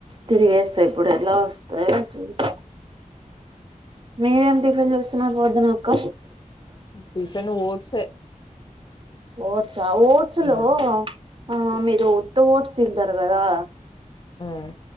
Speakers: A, on the right; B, on the left.
A: తిరిగేస్తా ఇప్పుడు ఎలా వస్తాయ చూస్తా మీరేమి టిఫెన్ చేస్తున్నారు పొద్దున అక్క
B: టిఫిన్ ఓట్స్
A: ఓట్సా ఓట్స్
B: ఉమ్
A: లో ఆ మీరు ఉత్త ఓట్స్ తింటారు కదా
B: ఉం